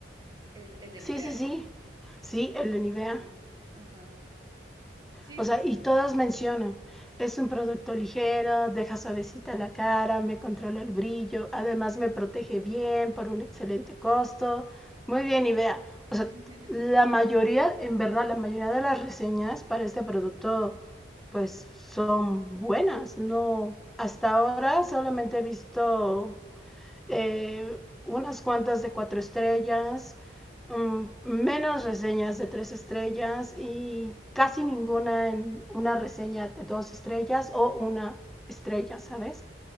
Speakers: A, on the right; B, in the centre.
A: El, el de
B: Sí,
A: Nivea.
B: sí, sí. Sí, el de Nivea.
A: Ah, ajá. Sí,
B: O
A: pues
B: sea,
A: sí.
B: y todas mencionan, es un producto ligero, deja suavecita la cara, me controla el brillo, además me protege bien por un excelente costo. Muy bien, y vea, o sea,
A: <laughs>
B: la mayoría, en verdad, la mayoría de las reseñas para este producto, pues son buenas. No, hasta ahora solamente he visto eh, unas cuantas de cuatro estrellas, um, menos reseñas de tres estrellas y casi ninguna en una reseña de dos estrellas o una estrella, ¿sabes?